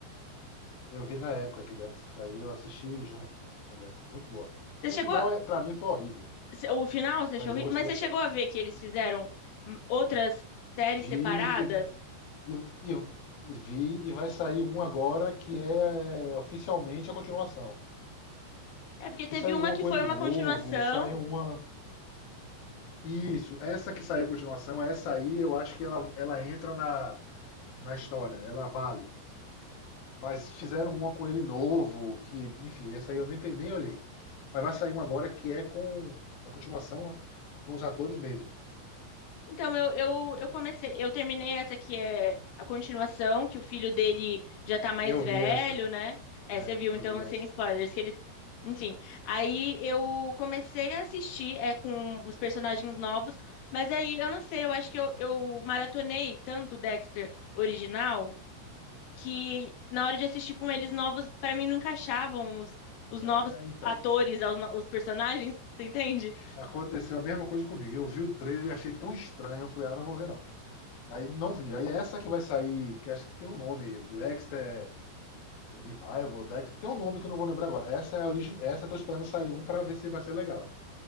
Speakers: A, on the left; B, on the left.
A: Eu vi na época que Dex saiu, eu assisti junto com, com Dex. é Muito boa.
B: Você
A: O
B: chegou,
A: final, é, pra mim, foi horrível,
B: cê- O final você
A: mas
B: achou horrível?
A: eu gostei
B: Mas
A: da
B: você
A: série.
B: chegou a ver que eles fizeram hum, outras séries
A: Vi
B: separadas?
A: e, v- e, e, e vi e vai sair um agora que é, é, oficialmente a continuação.
B: É porque teve
A: Que saiu
B: uma
A: uma
B: que
A: com
B: foi
A: ele
B: uma
A: novo,
B: continuação.
A: saiu uma. Isso, essa que saiu continuação, essa aí eu acho que ela, ela entra na, na história, ela vale. Mas fizeram uma com ele novo, que, enfim, essa aí eu nem, pe- nem olhei. Mas vai sair uma agora que é com a continuação com os atores mesmo.
B: Então eu, eu, eu comecei, eu terminei essa que é a continuação, que o filho dele já tá mais
A: Eu
B: velho,
A: vi essa,
B: né? É,
A: é,
B: você viu,
A: eu
B: então,
A: vi essa.
B: sem spoilers, que ele. Enfim. Aí eu comecei a assistir é, com os personagens novos, mas aí eu não sei, eu acho que eu, eu maratonei tanto o Dexter original. que na hora de assistir com eles novos, pra mim não encaixavam os, os
A: É,
B: novos
A: então,
B: atores, aos no- os, personagens, <laughs> você entende?
A: aconteceu a mesma coisa comigo. Eu vi o trailer e achei tão estranho, eu falei, ah, não vou ver não. Aí não vi. Aí é essa que vai sair, que acho que tem um nome, Dexter Revival, Dex, tem um nome que eu não vou lembrar agora. Essa é a origem, essa eu tô esperando sair um pra ver se vai ser legal.